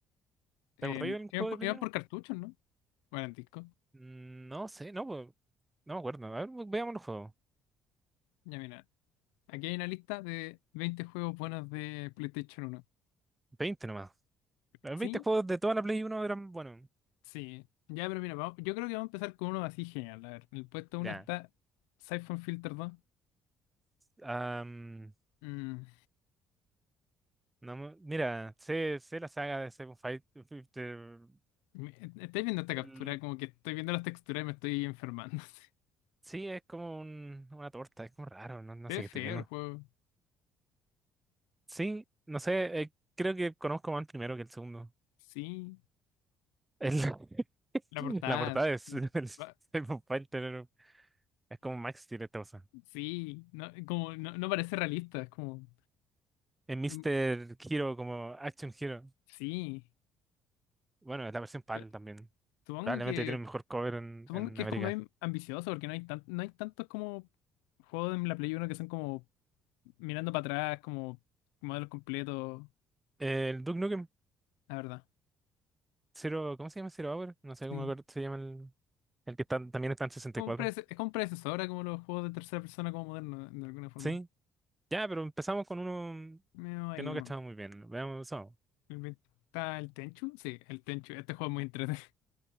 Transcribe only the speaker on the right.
¿Te acordáis del
juego
de Play
uno?
No sé, no, pues, no me acuerdo. A ver, veamos los juegos.
20 nomás. Los
20 juegos de toda la Play uno eran, bueno,
ya.
Am,
no me- mira, sé, sé la saga de Seven Fight. Fi- de-
el-
sí, es como un- una torta, es como raro, no, no
sé
qué estoy viendo.
Sí, no sé, eh, creo que conozco más el primero que el segundo.
El- <laughs>
la portada es <laughs> el Seven
Fighter, es como Max tiene esta cosa.
El Mr.
Hero, como Action Hero.
Bueno, es la versión PAL
también.
Probablemente
tiene un mejor cover en,
en
América.
El Duke Nukem
Zero, ¿cómo se llama? Zero Hour. No sé
cómo acuer- se llama el, el que está, también está en sesenta
y cuatro
Sí, ya, pero empezamos con uno
que no
estaba muy bien. Veamos, eso.